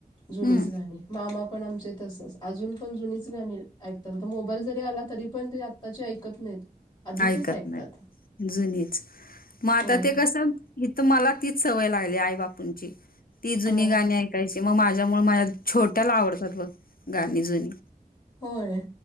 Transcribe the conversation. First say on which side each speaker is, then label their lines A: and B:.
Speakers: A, on the left; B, on the left.
A: जुनीच
B: हम्म
A: गाणी मामा पण आमचे तसंच अजून पण जुनीच गाणी ऐकतात आता मोबाईल जरी आला तरी पण ते आ ता ची ऐकत नाहीत आधीचेच
B: ऐकत
A: ऐकतात
B: नाही जुनीच, मग आता
A: होय
B: ते कसं हीथ मला तीच सवय लागली आई बापूंची ती जुनी
A: हां
B: गाणी ऐकायची ते मग माझ्यामुळे माझ्या छोट्याला आवडतात व गाणी जुनी.
A: होय.